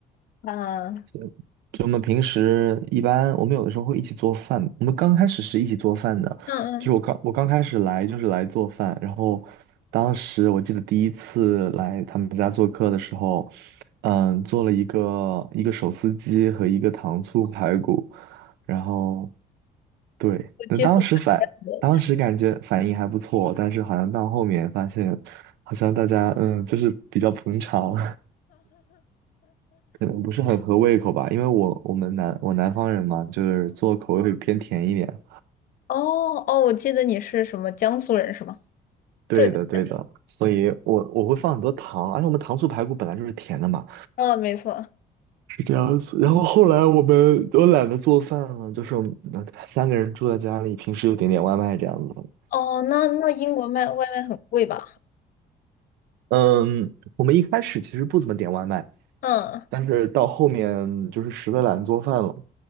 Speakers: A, on the left; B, on the right.
A: 啊，嗯
B: 就就我们平时一般我们有的时候会一起做饭，我们刚开始是一起做饭的，
A: 嗯，
B: 就是我刚我刚开始来就是来做饭，然后当时我记得第一次来他们家做客的时候，嗯，做了一个一个手撕鸡和一个糖醋排骨，然后。对，
A: 我接触很多菜
B: 那当时反，当时感觉反应还不错，但是好像到后面发现，好像大家嗯，就是比较捧场，<laughs> 可能不是很合胃口吧。因为我我们南我南方人嘛，就是做口味会偏甜一点。
A: 哦哦，我记得你是什么江苏人是吗？
B: 对的，
A: 浙江。
B: 对的，所以我我会放很多糖，而且我们糖醋排骨本来就是甜的嘛，
A: 啊，没错。
B: 是这样子。然后后来我们都懒得做饭了，就是我们三个人住在家里，平时就点点外卖这样子。
A: 哦，那那英国卖外卖很贵吧？
B: 嗯，我们一开始其实不怎么点外卖。
A: 嗯
B: 但是到后面就是实在懒得做饭了，